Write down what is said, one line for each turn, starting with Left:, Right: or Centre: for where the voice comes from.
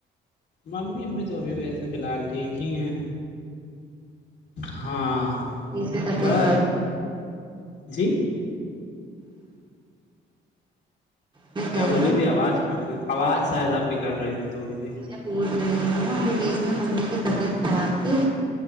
Left: ممی امی تو ابھی ویسے فی الحال ٹھیک ہی ہیں ہاں
Right: کی جیسے طبیعت
Left: وہ
Right: گڑ
Left: جی
Right: میں
Left: کیا
Right: کہہ
Left: بول رہی
Right: ہوں
Left: تھی آواز کٹ آواز شاید آپ کی کٹ رہی تھی تھوڑی سی
Right: میں بول رہا ہوں اب بی اس میں مممی کی طبیعت خراب تھی